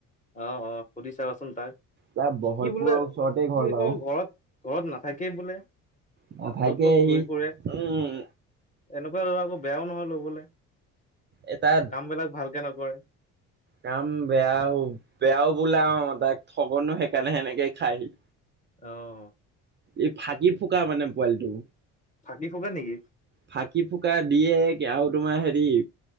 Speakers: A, on the left; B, on the right.
A: অ', অ', সুধি চাবাচোন তাক।
B: তাৰ বহলপুৰৰ
A: কি বোলে
B: ওচৰতে ঘৰ
A: সি আকৌ
B: বাৰু
A: ঘৰত ঘৰত নাথাকেই বোলে।
B: নাথাকে
A: য'ত ত'ত
B: সি,
A: ঘূৰি ফুৰে
B: উম।
A: এনেকুৱা লৰা আকৌ বেয়াও নহয় ল'বলে।
B: এ তাৰ,
A: কাম বিলাক ভালকে নকৰে
B: কাম বেয়াও। বেয়াও বোলা অ, তাক ঠগনো সেইকাৰণে সেনেকে খাই সি।
A: অ'।
B: ই ফাঁকি ফুকা মানে পোৱালিটো।
A: ফাঁকি ফুকা নিকি?
B: ফাঁকি ফুকা দিয়ে আৰু তোমাৰ হেৰি